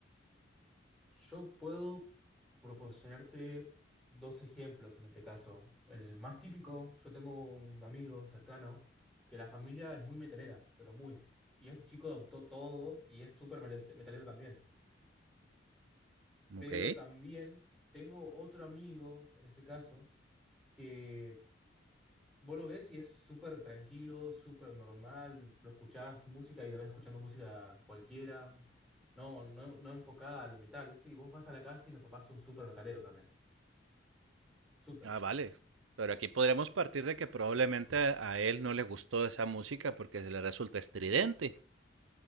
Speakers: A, in the centre; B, on the right.
A: Yo puedo proporcionarte dos ejemplos en este caso. El más típico, yo tengo un amigo cercano que la familia es muy metalera, pero muy. Y este chico adoptó todo y es súper melet- metalero también. Pero
B: Ok.
A: también tengo otro amigo, en este caso, que Vos lo ves y es súper tranquilo, súper normal, lo escuchás música y la ves escuchando música cualquiera, no, no, no enfocada al metal, ¿viste? Y vos vas a la casa y los papás son súper metaleros también, súper.
B: Ah, vale. Pero aquí podríamos partir de que probablemente a él no le gustó esa música porque se le resulta estridente.